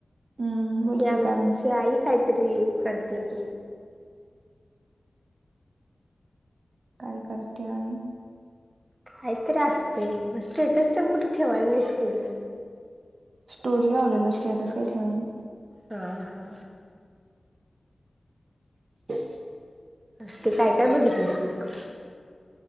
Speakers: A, on the right; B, on the right.
A: हम्म बोल की
B: आमच्या
A: काय
B: आई कायतरी करते की
A: काय करते आहे
B: काहीतरी असतय मग स्टेटस तेन कुठे ठेवायला नाहीस की ग
A: स्टोरी लावलेली स्टेटस काय ठेवायला नाही
B: हा हा
A: <inaudible>
B: अ ते काय काय बघितलेस मग.